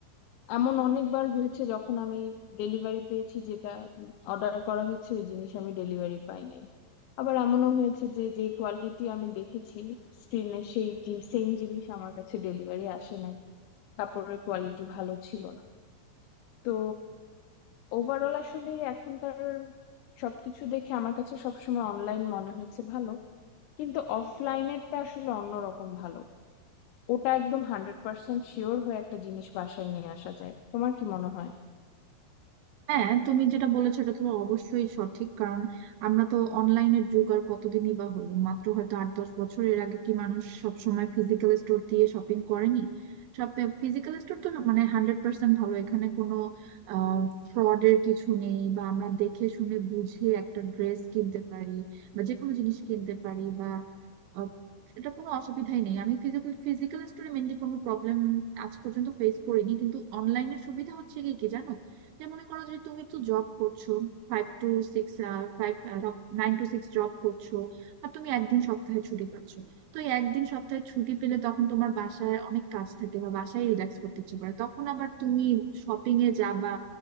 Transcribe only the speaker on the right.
হ্যাঁ তুমি যেটা বলেছো এটা তো অবশ্যই সঠিক কারণ আমরা তো অনলাইনের যুগ আর কতদিনই বা হলো মাত্র হয়তো আট দশ বছর এর আগে কি মানুষ সব সময় ফিজিক্যাল স্টোর দিয়ে শপিং করেনি সব ফিজিক্যাল স্টোর তো মানে হান্ড্রেড পার্সেন্ট ভালো এখানে কোনো আহ ফ্রডের কিছু নেই বা আমরা দেখে শুনে বুঝে একটা ড্রেস কিনতে পারি বা যে কোনো জিনিস কিনতে পারি বা আহ, এটা কোনো অসুবিধাই নেই আমি ফিজিক্যাল ফিজিক্যাল স্টোরে মেনলি কোনো প্রবলেম আজ পর্যন্ত ফেস করিনি কিন্তু অনলাইনের সুবিধা হচ্ছে কি কি জানো যে মনে করো যে তুমি একটু জব করছো five two six five নাইন টু সিক্স job করছো আর তুমি একদিন সপ্তাহে ছুটি পাচ্ছ তো এই একদিন সপ্তাহে ছুটি পেলে তখন তোমার বাসায় অনেক কাজ থাকে বা বাসায় রিল্যাক্স করতে ইচ্ছে করে তখন আবার তুমি শপিং এ যাবা